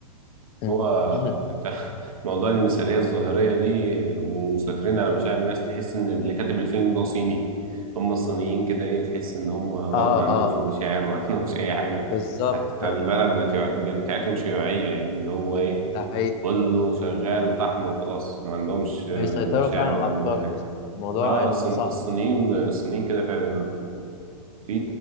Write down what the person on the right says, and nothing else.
هو
انت <laughs> موضوع المثاليه الظاهريه دي ومسيطرين على مشاعر الناس تحس ان اللي كاتب الفيلم ده صيني هم الصينيين كده ايه تحس ان هم
برضو ما عندهمش
مشاعر وما <laughs> عندهمش اي حاجه
حتى
البلد بتاع... بتاعتهم شيوعيه يعني اللي هو ايه
كله شغال طحن وخلاص ما عندهمش
آه، مشاعر
ولا عندهم
اي حاجه
اه
الصين-
الصينيين الصينيين كده فعلا اه في